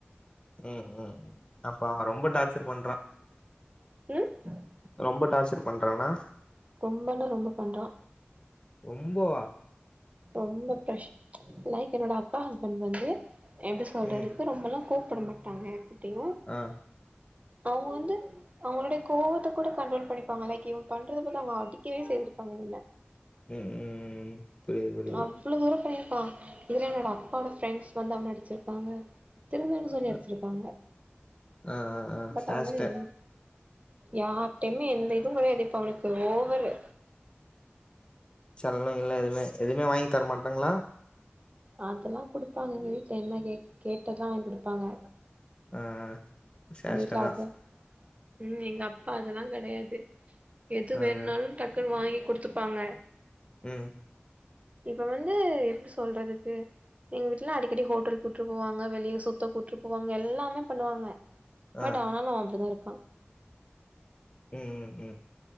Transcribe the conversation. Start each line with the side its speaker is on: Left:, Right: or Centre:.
Left: ம் ம் அப்ப அவ ரொம்ப டார்ச்சர் பண்றா
Right: ம்
Left: ரொம்ப டார்ச்சர் பண்றானா
Right: வந்தேனே ரொம்ப பண்றா
Left: ரொம்ப வா
Right: ரொம்ப பிரஷ் லைக் என்னோட அக்கா ஹஸ்பண்ட் வந்து என்ட்ட சொல்றதுக்கு
Left: ம்
Right: ரொம்பல கூப்புட மாட்டாங்க எப்டியு
Left: ஆ
Right: அவுங்க வந்து அவுங்களேட கோவத்தை கூட கண்ட்ரோல் பண்ணிபாங்க லைக் இவன் பண்றத பத்த அவுங்க அடிக்கவே செய்திருக்காங்க இவன
Left: ம் ம் ம் ம் ம் புரியுது புரியுது
Right: அவ்வுளே தூரம் பண்ணியிருக்கா இதுல என்னோட அப்பாவோட ஃப்ரெண்ட்ஸ் வந்து அவன அடிச்சிருப்பாங்க திருந்தன்னு சொல்லி அடிச்சிருக்காங்க
Left: அ ஆ ஆ ஆ
Right: பட்
Left: சேஷ்ட
Right: ஆனாலு எதுவு யார்டயுமே எந்த இதுவு கிடையாது இப்ப அவனுக்கு ஓவரு
Left: செல்ல இல்ல எதுவுமே எதுவுமே வாங்கி தரமாட்டாங்களா
Right: அதெல்லா கொடுப்பாங்க என்ன கே கேட்டாத வாங்கி கொடுப்பாங்க
Left: ஆ சேஷ்ட்ட
Right: வீட்ல
Left: தா
Right: அது ம் எங்க அப்பா அத எல்லா கிடையாது எது
Left: ஆ
Right: வேணுனாலு
Left: ஆ
Right: டக்குன்னு வாங்கி குடுத்துப்பாங்க
Left: ம்
Right: இப்ப வந்து எப்டி சொல்றதுக்கு எங்க வீட்டு எல்லா அடிக்கடி ஹோட்டல் கூட்டிட்டு போ வாங்க வெளியே சுத்த கூட்டிட்டு போ வாங்க எல்லாமே பண்ணுவாங்க பட்
Left: ஆ
Right: ஆனாலு அவன் அப்புடி தா இருக்கா
Left: ம் ம் ம்